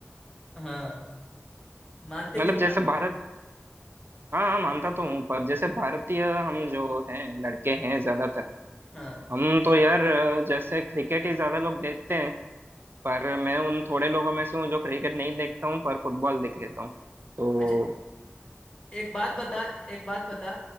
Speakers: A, on the left; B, on the right.
A: हाँ मानते
B: मतलब
A: कि नहीं
B: जैसे
A: मानते
B: भारत हाँ हाँ मानता तो हूँ पर जैसे भारतीय हम जो हैं लड़के हैं ज्यादातर
A: हाँ
B: हम तो यार अ, जैसे क्रिकेट ही ज्यादा लोग देखते हैं पर मैं उन थोड़े लोगों में से हूँ जो क्रिकेट नहीं देखता हूँ पर फुटबॉल देख लेता हूँ तो
A: अच्छा, एक बात बता एक बात बता